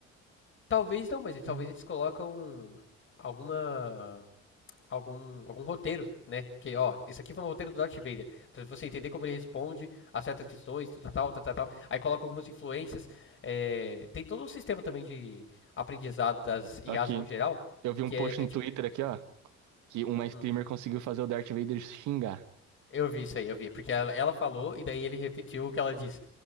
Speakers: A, on the left (about 40°); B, on the right (about 80°).
A: talvez não, mas talvez
B: Hum.
A: eles colocam alguma algum, algum roteiro, né? Que, ó, esse aqui foi um roteiro do Darth Vader. Pra você entender como ele responde a certas questões, tal, tal, tal, tal. tal. Aí coloca algumas influências. é, tem todo um sistema também de aprendizado das IAs
B: Aqui,
A: no geral,
B: eu vi um
A: que é,
B: post no
A: é tipo.
B: Twitter aqui, ó, que uma streamer
A: hum,
B: conseguiu fazer o Darth Vader xingar.
A: eu vi isso aí, eu vi. Porque ela, ela falou e daí ele repetiu o que ela disse.